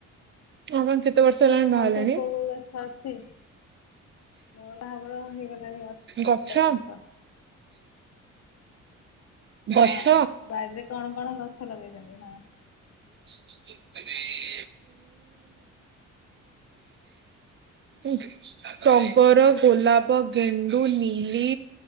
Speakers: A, on the right; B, on the left.
A: ହଁ କଣ ସେତେ ବର୍ଷ ହେଲାଣି
B: ତମ
A: ବାହା
B: ଘର
A: ହେଲେଣି?
B: କୋଉ କୋଉ ଗଛ ଅଛି? ମୋର ବାହାଘର ହେଇଗଲାଣି ସତର
A: ଗଛ।
B: ବର୍ଷ।
A: ଗଛ
B: ହଁ ବାରିରେ କଣ କଣ ଗଛ ଲଗେଇଛନ୍ତି ହଁ।
A: <unintelligible> <inaudible> ଟବର ଗୋଲାପ ଗେଣ୍ଡୁ ଲିଲି